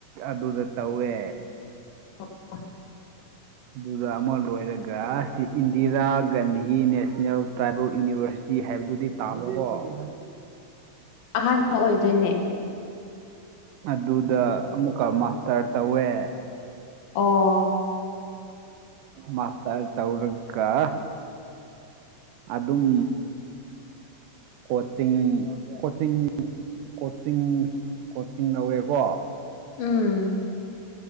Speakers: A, on the right; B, on the left.
A: ꯑꯗꯨꯗ ꯇꯧꯋꯦ
B: <unintelligible>
A: ꯑꯗꯨꯒ ꯑꯃ ꯂꯣꯏꯔꯒ ꯁꯤ Indira Gandhi national tribal university ꯇꯤ ꯍꯥꯏꯕꯗꯨꯗꯤ ꯇꯥꯕ꯭ꯔꯀꯣ <inaudible>
B: ꯑꯍꯥꯟꯕ ꯑꯣꯏꯗꯣꯏꯅꯦ
A: ꯑꯗꯨꯗ ꯑꯃꯨꯛꯀ ꯃꯥꯁꯇꯔ ꯇꯧꯋꯦ
B: ꯑꯣ
A: ꯃꯁꯇꯔ ꯇꯧꯔꯒꯥ ꯑꯗꯨꯝ ꯀꯣꯆꯤꯡ ꯀꯣꯆꯤꯡ ꯀꯣꯆꯤꯡ ꯀꯣꯆꯤꯡ ꯂꯧꯋꯦꯀꯣ
B: ꯎꯝ